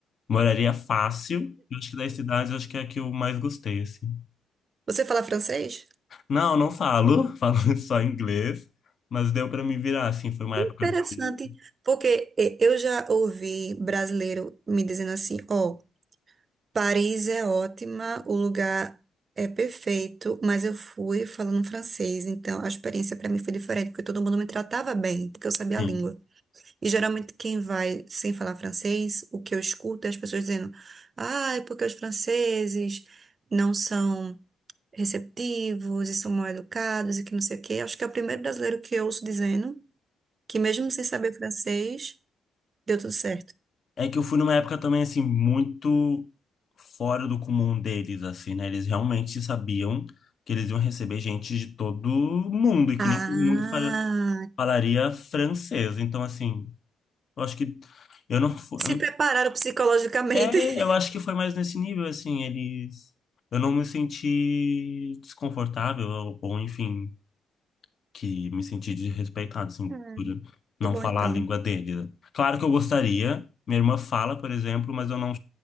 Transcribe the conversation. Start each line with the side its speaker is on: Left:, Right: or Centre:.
Left: Moraria fácil, eu acho que das cidades, eu acho que é a que eu mais gostei, assim.
Right: Você fala francês?
Left: Não, não falo, <laughs> falo só inglês, mas deu para me virar, assim, foi uma
Right: Interessante,
Left: época de,
Right: porque eh, eu já ouvi brasileiro me dizendo assim, ó, Paris é ótima, o lugar é perfeito, mas eu fui falando francês, então a experiência para mim foi diferente, porque todo mundo me tratava bem, porque eu sabia
Left: sim.
Right: a língua. E geralmente quem vai sem falar francês, o que eu escuto é as pessoas dizendo, ah, é porque os franceses não são receptivos e são mal educados e que não sei o quê. Acho que é o primeiro brasileiro que eu ouço dizendo que mesmo sem saber francês, deu tudo certo.
Left: É que eu fui numa época também, assim, muito fora do comum deles, assim, né? Eles realmente sabiam que eles iam receber gente de todo mundo e que
Right: Ah,
Left: nem todo mundo fala- falaria francês. Então, assim, eu acho que eu não fui. eu
Right: se
Left: não-
Right: prepararam psicologicamente.
Left: É, eu
Right: <laughs>
Left: acho que foi mais nesse nível, assim, eles. Eu não me senti desconfortável, ou, ou, enfim que me senti desrespeitado, assim,
Right: Ah,
Left: por não
Right: que bom
Left: falar
Right: então.
Left: a língua dele. Claro que eu gostaria, minha irmã fala, por exemplo, mas eu não,